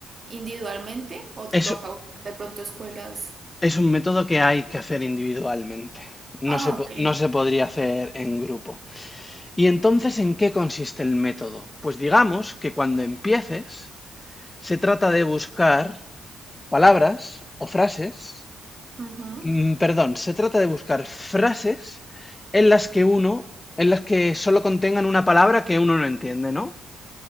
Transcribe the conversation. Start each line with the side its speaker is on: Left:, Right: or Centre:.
Right: individualmente o toca
Left: Es,
Right: buscar de pronto escuelas?
Left: es un método que hay que hacer individualmente. No
Right: Ah,
Left: se, po-
Right: ok.
Left: no se podría hacer en grupo. Y entonces, ¿en qué consiste el método? Pues digamos que cuando empieces, se trata de buscar palabras o frases,
Right: Ujú,
Left: mm, perdón, se trata de buscar frases en las que uno, en las que solo contengan una palabra que uno no entiende, ¿no?